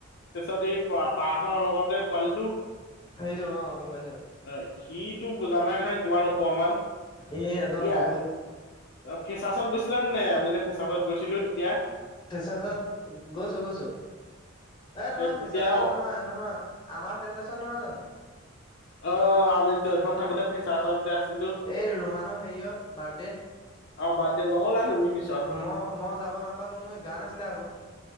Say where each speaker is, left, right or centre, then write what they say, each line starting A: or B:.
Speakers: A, on the left (about 50°); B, on the left (about 20°).
A: তাৰপিছত এই পাহাৰ খনৰ লগতে পোৱালিটো
B: সেইটো অ গম পাইছো
A: হয়। সিটো জানাই নহয় কিমান ওপৰৰ মাল।
B: ই একদম
A: এতিয়া
B: বহুত
A: ফেঁচাচত গৈছিলা নে নাই আমি যে ফেচ। পাছত গৈছিলোঁ তেতিয়া।
B: ফেচাচত গৈছোঁ গৈছোঁ।। এ নহয়
A: তেতিয়া
B: ফেচাচত
A: অ
B: নহয় নহয় আমাৰ ফেচাচত নহয় জানো।
A: অ আমি <unintelligible> থাকোঁতে ফেচাচত যে। আছিলো
B: এই ৰুমানৰ হেৰিয়ত বাৰ্থডে।
A: অ বাদ দে নগ'লা তুমি পিছত
B: মই মই যাব নাপালোঁ মই গা নাছিলে আগত।